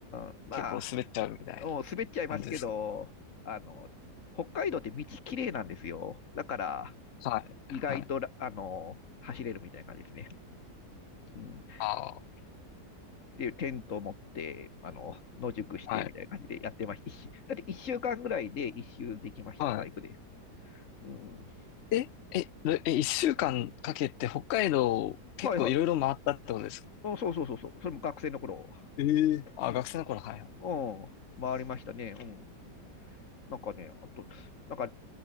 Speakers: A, on the left; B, on the left.
A: うん、まあ、
B: 結構滑っちゃうみたいな
A: もう滑っちゃいますけど、
B: 感じですか
A: あの、北海道って道きれいなんですよ。だから、
B: はい、
A: 意外とあの、
B: はい。
A: 走れるみたいな感じですね。うん、
B: ああ、
A: で、テントを持って、あの、野宿してみたいな感じでやってました。
B: はい、
A: だって1週間ぐらいで一周できました、
B: はい。
A: バイクで。うん、
B: え、え、どえ、一週間かんかけて北海道結構いろいろ回ったってことですか
A: はいはい。あそうそうそうそう。それも学生の頃。
B: ええあ、
A: うん。
B: 学生の頃、はいはい。
A: うん。回りましたね。うん。なんかね、あと、なんか